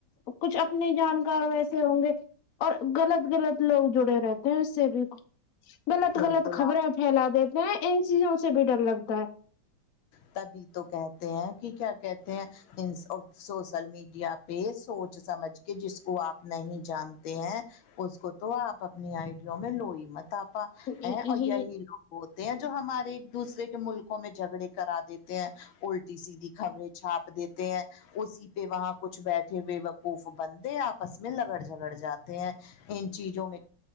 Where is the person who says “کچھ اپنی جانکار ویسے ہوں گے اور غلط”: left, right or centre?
Left